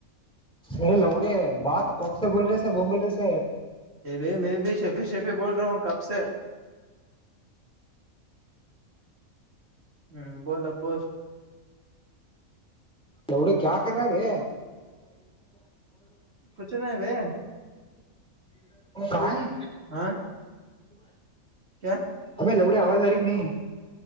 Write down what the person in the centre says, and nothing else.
ಅ ಲೌಡೆ ಬಾತ ಕೌಂಸೆ ಬೋಲ್ ರಸೆ ಬ ಬೋಲ್ ರ ಸ
ಲೌಡೆ ಕಾಯ ಕರರೆ ಬೇ
ಕಾಯೆ
ಅಬೇ ಲೌಡೆ ಅವಾಜ ಹಾರಿ ನೈ